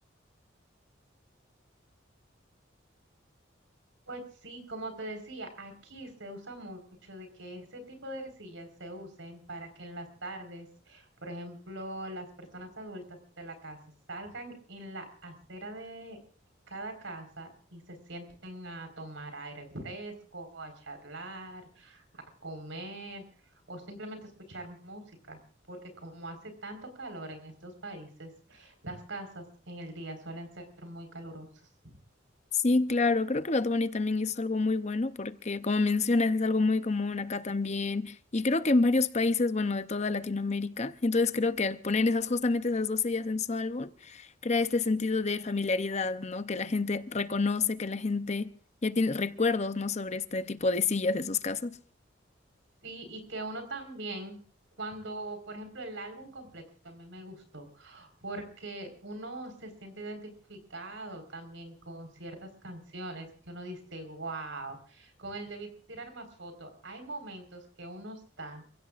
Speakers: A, on the right (about 85°); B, on the left (about 35°).
A: Pues sí, como te decía, aquí se usa mucho de que ese tipo de sillas se usen para que en las tardes, por ejemplo, las personas adultas de la casa salgan en la acera de cada casa y se sienten a tomar aire fresco, a charlar, a comer o simplemente escuchar música, porque como hace tanto calor en estos países, las casas en el día suelen ser muy calurosas.
B: Sí, claro, creo que Bad Bunny también hizo algo muy bueno porque, como mencionas, es algo muy común acá también y creo que en varios países, bueno, de toda Latinoamérica. Entonces creo que al poner esas justamente esas dos sillas en su álbum, crea este sentido de familiaridad, ¿no? Que la gente reconoce, que la gente ya tiene recuerdos, ¿no? Sobre este tipo de sillas, esos casos.
A: Sí, y que uno también, cuando, por ejemplo, el álbum completo también me gustó, porque uno se siente identificado también con ciertas canciones que uno dice, wow, con el de Vi- tirar más fotos, hay momentos que uno está,